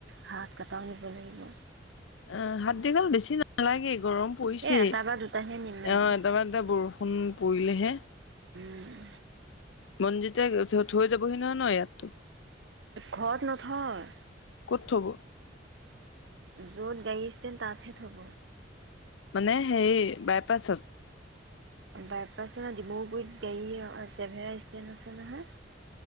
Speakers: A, on the right; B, on the left.
A: হাত কটাও নিব লাগিব।
B: অ, হাত দীঘল বেছি নালাগে। গৰম পৰিছেই।
A: এ এটা
B: অ',
A: বা দুটাহে নিম মানে
B: এটাৰ বা এটা বৰষু ফোন পৰিলেহে।
A: উম।
B: মন্জিতে থৈ যাবহি নহয় ন ইয়াততো?
A: ঘৰত নথয়।
B: ক'ত থব?
A: য'ত গাড়ী ষ্টেণ্ড তাতহে থব।
B: মানে সেই, বাইপাছত?
A: বাইপাছৰ ডিমৰুগুৰিত গাড়ী, টেভেৰা ষ্টেণ্ড আছে নহয়।